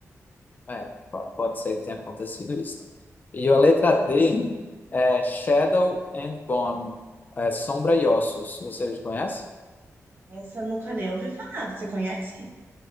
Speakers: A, on the left; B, on the right.
A: É, po- pode ser que tenha acontecido isso. né? E a letra
B: Sim.
A: D é Shadow and Bone, é Sombra e Ossos. Vocês conhecem?
B: Essa eu nunca nem ouvi falar. Você conhece?